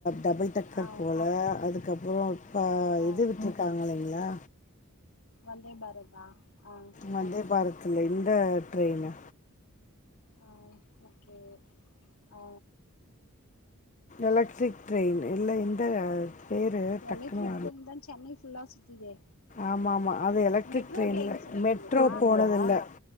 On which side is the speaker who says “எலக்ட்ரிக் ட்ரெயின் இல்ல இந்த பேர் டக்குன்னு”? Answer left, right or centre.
Left